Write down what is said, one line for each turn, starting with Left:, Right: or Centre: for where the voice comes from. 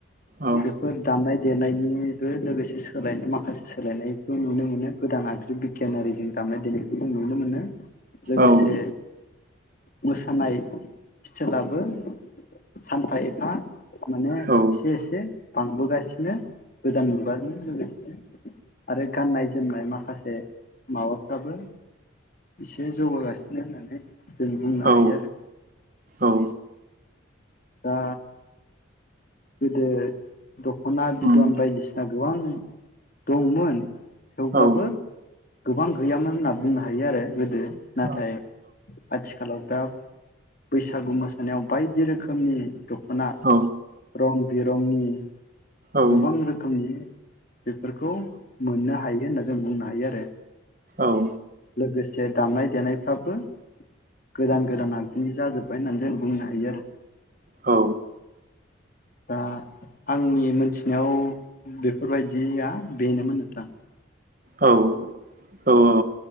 Right: औ
Left: बेफोर दामनाय देनायनि बो दोलोसे सोलाय माखासे सोलायनायखौ नुनो मोनो गोदान आगजु बिगियानारि जों दामनाय देनायखौ जों नुनो मोनो लोगोसे
Right: औ
Left: मोसानाय स्टेलाबो सानफा एफा माने एसे
Right: औ
Left: एसे बांबोगासिनो गोदान मुगाजों लोगोसे आरो गाननाय जोमनाय माखासे माबाफ्राबो एसे जौगागासिनो होननानै जों बुंनो
Right: औ
Left: हायो आरो
Right: औ
Left: दा गोदो दख'ना बिदन
Right: उम
Left: बायदिसिना गोबां दंमोन। थेवब्लाबो
Right: औ
Left: गोबां गैयामोन होनना बुंनो हायो आरो गोदो नाथाय
Right: औ
Left: आथिखालाव दा बैसागु मोसानायाव बायदि रोखोमनि दख'ना
Right: औ
Left: रं बिरंनि
Right: औ
Left: गोबां रोखोमनि बेफोरखौ मोननो हायो होनना जों बुंनो हायो आरो
Right: औ
Left: लोगोसे दामनाय देनायफ्राबो गोदान गोदान आगजुनि जाजोब्बाय होननानै जों बुंनो हायो आरो।
Right: औ
Left: दा आंनि मोनथिनायाव बेफोरबायदिया बेनोमोन नोंथां।
Right: औ औ